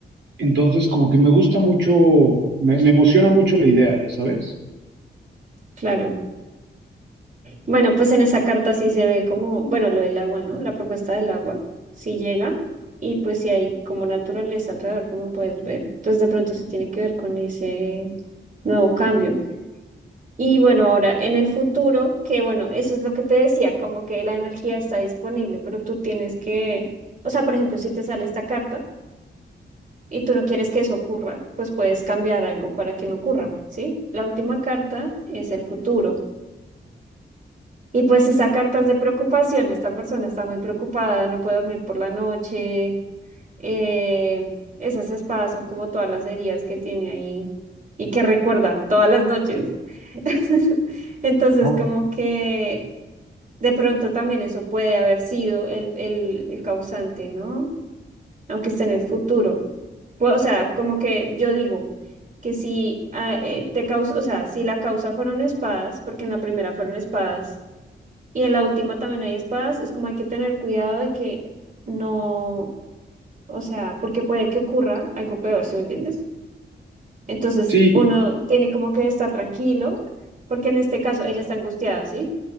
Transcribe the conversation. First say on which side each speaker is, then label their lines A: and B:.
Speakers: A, on the right (about 80°); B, on the right (about 45°).
A: Entonces, como que me gusta mucho, me, me emociona mucho la idea, ya sabes.
B: Claro. Bueno, pues en esa carta sí se ve como, bueno, lo del agua, ¿no? La propuesta del agua, sí llega y pues sí hay como naturaleza alrededor, como puedes ver. Entonces de pronto sí tiene que ver con ese nuevo cambio. Y bueno, ahora en el futuro, que bueno, eso es lo que te decía, como que la energía está disponible, pero tú tienes que, o sea, por ejemplo, si te sale esta carta y tú no quieres que eso ocurra, pues puedes cambiar algo para que no ocurra, ¿sí? La última carta es el futuro. Y pues esa carta es de preocupación, esta persona está muy preocupada, no puede dormir por la noche, eh, esas espadas son como todas las heridas que tiene ahí y que recuerda todas las noches. <laughs> Entonces,
A: ¿no?
B: como que de pronto también eso puede haber sido el, el, el causante, ¿no? Aunque esté en el futuro. Pues, O sea, como que yo digo que si ah, eh, te causa, o sea, si la causa fueron espadas, porque en la primera fueron espadas y en la última también hay espadas, es como hay que tener cuidado de que no, o sea, porque puede que ocurra algo peor, ¿sí me entiendes? Entonces
A: Sí,
B: uno tiene como que estar tranquilo, porque en este caso ella está angustiada, ¿sí?